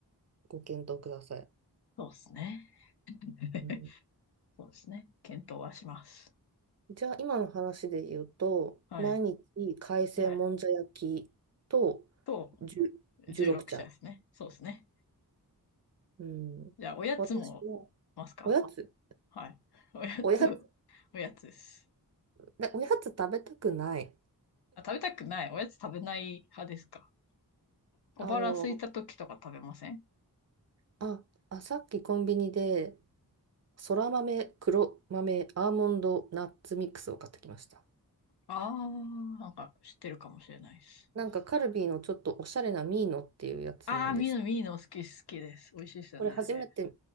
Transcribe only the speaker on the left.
そうですね。<laughs>
そうですね。検討はします。
はい。
はい。と、
16社ですね。そうですね。
じゃあ、おやつも
ますか
はい。おやつ、
おやつです。
あ、食べたくない。おやつ食べない派ですか小腹空いた時とか食べません
ああー、なんか知ってるかもしれないです。
ああ、ミーノ、ミーノ好き、好きです。美味しいですよね、
あれ。